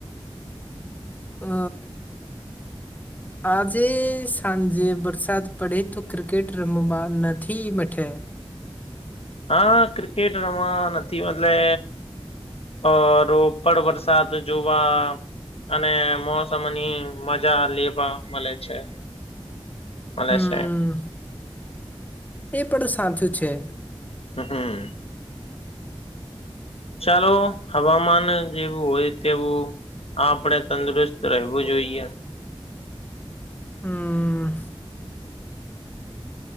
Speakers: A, on the left; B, on the left.
A: અ આજે સાંજે વરસાદ પડે તો ક્રિકેટ રમવા નથી મઠે.
B: હા ક્રિકેટ રમા નથી એટલે અ રોપડ વરસાદ જોવા અને મોસમની મજા લેવા મળે છે. મલેશિયા.
A: હમ એ પણ સાચું છે.
B: હમ હમ ચાલો હવામાન જેવું હોય તેવું આપણે તંદુરસ્ત રહેવું જોઈએ.
A: હમ